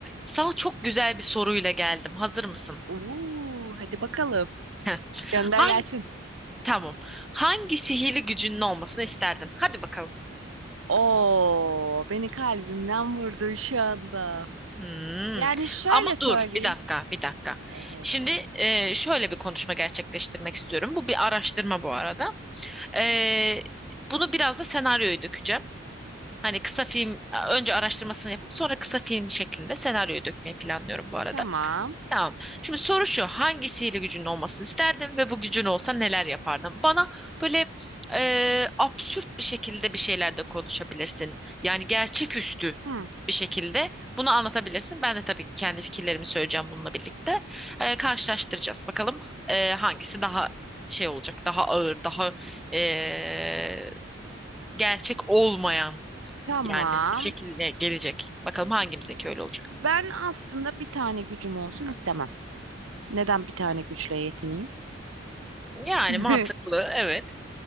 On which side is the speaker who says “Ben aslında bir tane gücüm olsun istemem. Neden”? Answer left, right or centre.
Right